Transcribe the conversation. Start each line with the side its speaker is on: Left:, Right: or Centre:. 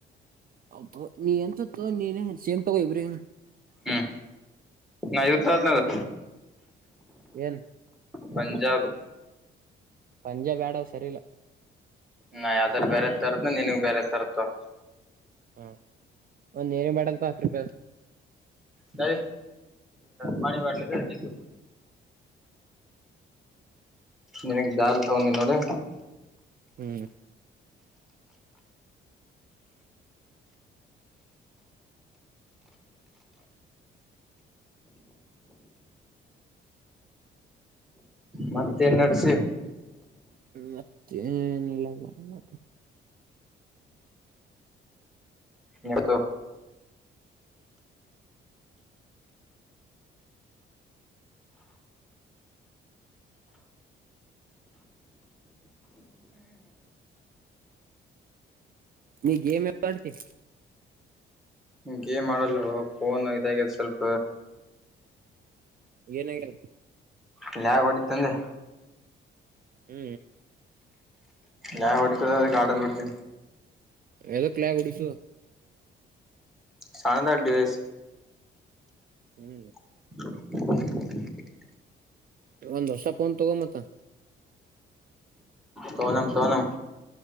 Right: ಹೌ ನೀ ಎಂಥದು ತಗೊಂಡಿ ಸೇಮ್ ತಗೋ ಇಬ್ರಿಗೂ
Centre: ಹ್ಮ್ ನಾ ಇದು ತಗೊನ್ನಿ
Right: ಎನ್
Centre: ಪಂಜಾಬ್
Right: ಪಂಜಾಬ್ ಬೇಡ ಸರಿ ಇಲ್ಲ
Centre: ನಾ ಯಾವದ್ರ ಬೇರೆ ತಾರ್ನಿ ನಿಂಗೆ ಬೇರೆ ತಾರ್ನಿ ತಗೋ
Right: ಹ ಒಂದ್ ನೀರಿನ ಬಾಟಲ್ ತಾ ಹತ್ ರೂಪಾಯ
Centre: ನ ಪಾಣಿ ಬಟಲಿ ಜೆ ಕಕ ನಿನಗ್ ದಾಲ್ ತಗೊಂಡಿ ನೋಡು
Right: ಹೂ
Centre: ಮತ್ತೇನ್ ನಡ್ಸಿ
Right: ್ಮ ಮತ್ತೆನೀಲ್ಲ
Centre: ನೀತ್ತು
Right: ನೀ ಗೇಮ್ ಯಾಕ್ ಆಡ್ತಿ
Centre: ಗೇಮ್ ಆಲ್ ಫೋನ್ ಇದ ಸ್ವಲ್ಪ
Right: ಏನ್ ಆಗ್ಯದಪ್ಪ
Centre: ಇಲ್ಲ ಲ್ಯಾಬ್ ಹೊಡಿತ್ತಂದೆ
Right: ಹೂ
Centre: ಯಾವ ಹೊಡ್ತದ ಅದಕ್ಕೆ ಆಡೋದ್ ಬಿಡ್ತೀನಿ
Right: ಯಾದಕ್ ಲೆ ಉಡಿಸು
Centre: ಸಣ್ಣಂದ ದಿವಸ
Right: ಹೂ
Centre: <inaudible>
Right: ಒಂದ್ ವರ್ಷ ಪೋನ್ ತಗೊ ಮತ್ತ
Centre: ತೊಗಮ್ ತೊಗಮ್